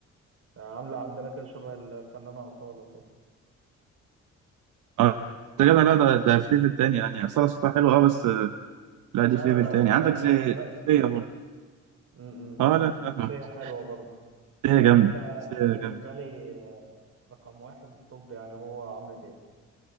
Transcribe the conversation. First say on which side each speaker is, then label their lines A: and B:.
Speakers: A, on the right; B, on the right.
A: عاملة عندنا كده شبه الفنانة أصالة كده
B: اه ده جدع لا ده ده في ليفل تاني يعني اصلا صوتها حلو اه بس لا دي
A: لا
B: في
A: أنا
B: ليفل تاني
A: أنا
B: عندك
A: أنا
B: زي
A: أنا بألف
B: سيا
A: يعني
B: برضه
A: م- م.
B: اه لا فاهمك
A: هي حلوة برضه
B: سيا
A: بس
B: جامدة
A: أنا
B: سيا
A: أنا بالنسبة
B: جامدة
A: لي آه، رقم واحد التوب يعني هو عمرو دياب